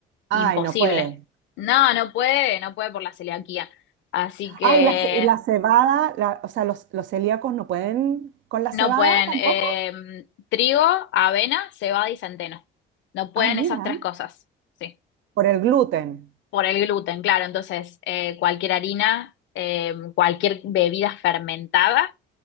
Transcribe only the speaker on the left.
Imposible.
No, no puede, no puede por la celiaquía. Así que
no
pueden
eh, trigo, avena, cebada y centeno. No pueden
esas tres cosas. Sí.
Por el gluten, claro. Entonces, eh, cualquier harina, eh, cualquier bebida fermentada